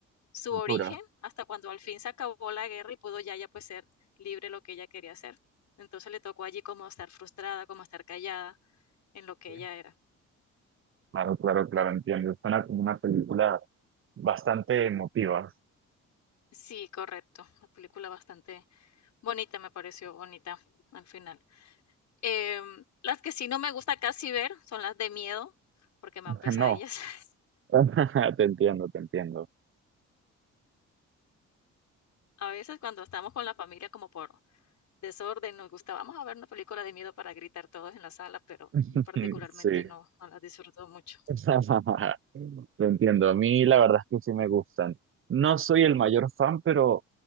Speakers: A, on the left; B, on the right.
A: su
B: Cultura,
A: origen, hasta cuando al fin se acabó la guerra y pudo ya, ya pues ser libre lo que ella quería hacer. Entonces le tocó allí como estar frustrada, como estar callada en lo que
B: ¿sí?
A: ella era.
B: Claro, claro, claro, entiendo. Suena como una película bastante emotiva.
A: Sí, correcto. Una película bastante Bonita, me pareció bonita al final. Em, las que sí no me gusta casi ver son las de miedo, porque me
B: <laughs>
A: dan pesadillas.
B: No,
A: <laughs>
B: <laughs> te entiendo, te entiendo.
A: A veces cuando estamos con la familia como por desorden, nos gusta, vamos a ver una película de miedo para gritar todos en la sala, pero
B: <laughs>
A: yo particularmente
B: Sí.
A: no, no las disfruto mucho.
B: <laughs> lo entiendo. A mí la verdad es que sí me gustan. No soy el mayor fan, pero